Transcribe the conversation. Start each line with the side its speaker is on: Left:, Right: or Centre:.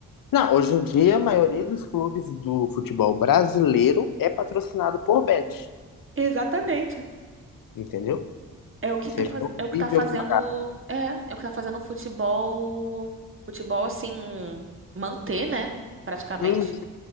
Left: Não, hoje em dia a maioria dos clubes do futebol brasileiro é patrocinado por Bet.
Right: Exatamente.
Left: Entendeu?
Right: É o que
Left: Seja
Right: tá, faz...
Left: o
Right: é o que
Left: vídeo
Right: tá fazendo.
Left: que tá.
Right: É, é o que tá fazendo o futebol. Futebol, assim, manter, né? Praticamente.
Left: Uhum,